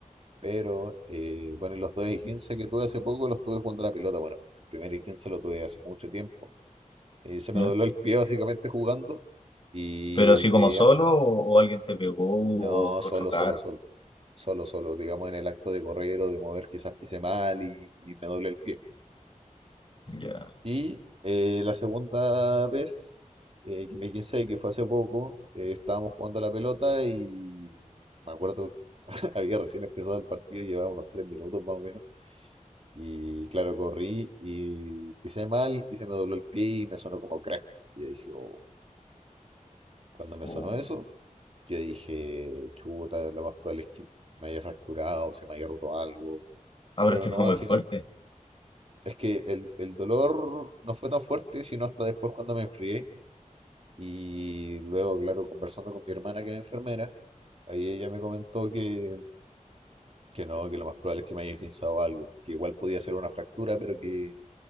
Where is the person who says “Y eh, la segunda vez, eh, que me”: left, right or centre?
Right